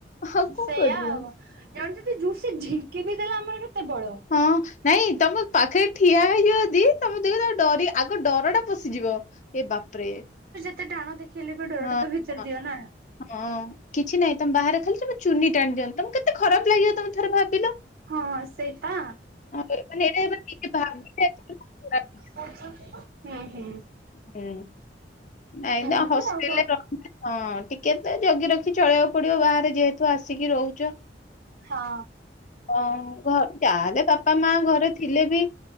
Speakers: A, on the left; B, on the right.
A: ଆଉ କଣ
B: ସେଇଆ
A: କରିବୁ
B: ଆଉ ଜଣେ ଯଦି ଜୋର୍ ସେ ଝିଙ୍କି ବି ଦେଲା ଆମର କେତେ ବଳ?
A: ହଁ ନାଇଁ ତମ ପାଖରେ ଠିଆ ହେଇଯିବ ଯଦି ତମ ଦେଖ ଡରି ଆଗ ଡର ଟା ପଶିଯିବ। ଏ ବାପରେ
B: ଏତେ ଟାଣ ଦେଖେଇଲେ ବି ଡରଟା
A: ହଁ
B: ତ ଭିତରେ
A: ହଁ
B: ଥିବ ନା?
A: ହଁ କିଛି ନାହିଁ ତମ ବାହାରେ ଖାଲି ତମ ଚୁନି ଟାଣି ଦିଅନ୍ତୁ। ତମ କେତେ ଖରାପ ଲାଗିବ ତମ ଥରେ ଭାବିଲ।
B: ହଁ ସେଇପା
A: ମାନେ ଏଇଟା ଭାବିବା <unintelligible> ଖରାପ୍।
B: ହୁଁ ହୁଁ।
A: ହୁଁ ଏଇନା
B: ଏମିତି
A: ହଷ୍ଟେଲରେ
B: ଆଉ କଣ
A: <unintelligible> ହଁ। ଟିକେ ତ ଜଗି ରଖି ଚଳିବାକୁ ପଡିବ ବାହାରେ ଯେହେତୁ ଆସିକି ରହୁଚ।
B: ହଁ।
A: ହଁ ଘ ଯାହେଲେ ବାପା ମା ଘରେ ଥିଲେ ବି